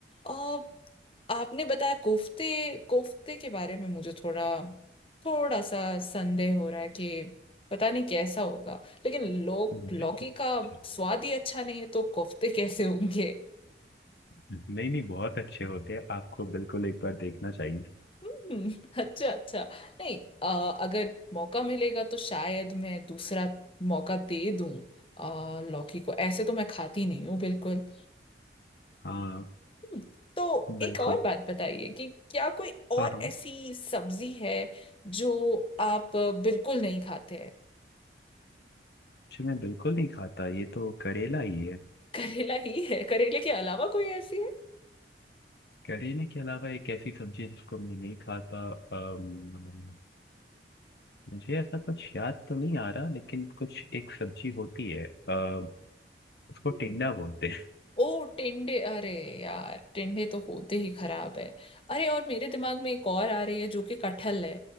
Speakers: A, on the left (about 30°); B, on the left (about 65°).
A: अ, आपने बताया कोफ्ते कोफ्ते के बारे में मुझे थोड़ा थोड़ा सा संदेह हो रहा है कि पता नहीं कैसा होगा लेकिन लोग
B: मुझे
A: लौकी
B: तो अच्छा-
A: का स्वाद ही अच्छा नहीं है तो कोफ्ते <laughs> कैसे होंगे
B: नहीं नहीं बहुत अच्छे होते हैं आपको बिल्कुल एक बार देखना चाहिए
A: हम्म, अच्छा अच्छा नहीं आ, अगर मौका मिलेगा तो शायद मैं दूसरा मौका दे दूं आ, लौकी को ऐसे तो मैं खाती नहीं हूँ बिल्कुल
B: हाँ
A: हम्म, तो एक
B: बिल्कुल
A: और बात बताइए कि क्या कोई और
B: हाँ हाँ
A: ऐसी सब्जी है जो आप बिल्कुल नहीं खाते हैं
B: जी, मैं बिल्कुल नहीं खाता ये तो करेला ही है
A: करेला ही है करेले के अलावा कोई ऐसी
B: करेले के अलावा एक ऐसी सब्जी जिसको मैं नहीं खाता अम, मुझे ऐसा कुछ याद तो नहीं आ रहा लेकिन कुछ एक सब्जी होती है अम, उसको
A: है
B: टिंडा बोलते
A: ओ टिंडे अरे यार टिंडे तो होते ही खराब है अरे और मेरे दिमाग में एक और आ रही है जो कि कटहल है